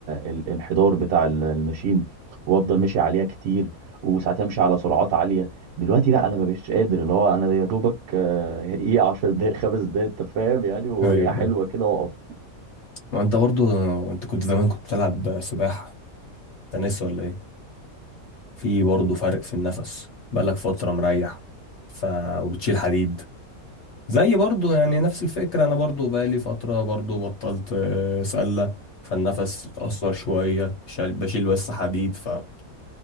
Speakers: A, on the right; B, on the left.
A: الانحدار بتاع ال- الماشين وافضل
B: مم.
A: ماشي عليها كتير وساعات امشي على سرعات عاليه دلوقتي لا انا ما بقتش قادر اللي هو انا يا دوبك آه، ايه 10 دقايق خمس دقايق انت فاهم يعني وهي
B: ايوه ايوه
A: حلوه كده واقف
B: ما انت برضو انت كنت زمان كنت بتلعب سباحة تنس ولا ايه في برضو فرق في النفس بقالك فترة مريح ف وبتشيل حديد زي برضو يعني نفس الفكرة أنا برضو بقالي فترة برضو بطلت آه، سلة فالنفس اتأثر شوية شال- بشيل بس حديد فحوار